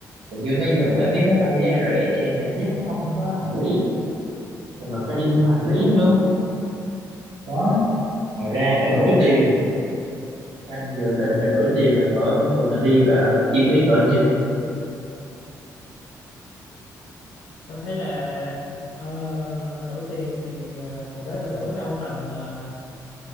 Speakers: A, on the right; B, on the left.
A: thì như mấy giờ mấy vé máy bay giá rẻ thì em cảm giác nó không có hành lý thì mình phải đi mua hành lý nữa đó ngoài ra phải đổi tiền anh dự định là đổi tiền là cỡ thường anh đi và chi phí cỡ nhiêu
B: tao thấy là ờ, đổi tiền thì ờ, hồi đó tao đổi đâu tầm ờ,